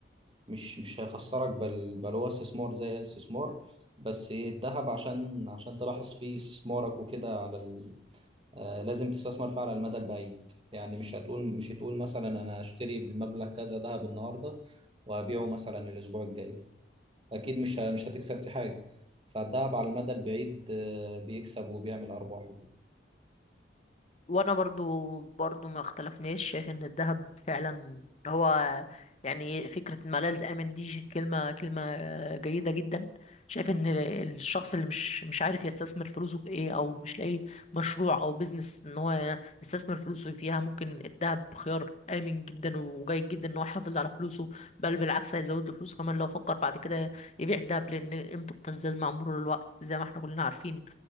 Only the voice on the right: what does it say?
مش مش هيخسرك بل بل هو استثمار زي أي استثمار بس ايه الذهب عشان عشان تلاحظ فيه استثمارك وكده على ال... آه لازم تستثمر فيه على المدى البعيد يعني مش هتقول مش هتقول مثلا انا هشتري بمبلغ كذا ذهب النهارده وهبيعه مثلا الاسبوع الجاي اكيد مش ه- مش هتكسب في حاجه فالذهب على المدى البعيد آه بيكسب وبيعمل ارباح